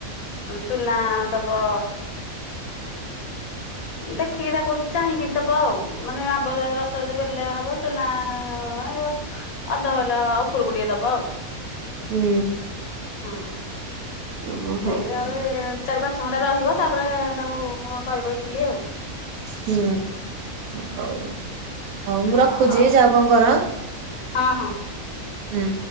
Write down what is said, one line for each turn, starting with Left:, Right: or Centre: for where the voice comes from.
Left: ଚୁନା ଦବ ଦେଖିକି ତାକୁ ଚାହିଁକି ଦେବ ଆଉ ମାନେ ଆବ ଯି ରସ ଯଦି ବେଳେ ହବ ଚୁନା ଅଧ ବେଲା ଉପରକୁୁ ଟିକେ ଦବ।
Right: ହୁଁ।
Left: ହଁ।
Right: ଓ ହଉ
Left: ନେଇକି ତାପରେ
Right: ହଉ
Left: ଚାରି ପାଞ୍ଚ ଘଣ୍ଟା ରହିବ ତାପରେ ତାକୁ କରିବ ଇଟିଲି।
Right: ହୁଁ ହଉଉ ହଉ ମୁଁ
Left: ହଁ
Right: ରଖୁଛି
Left: ହଉ
Right: ଯାାଉ କଣ କର।
Left: ହଁ ହଁ।
Right: ହୁଁ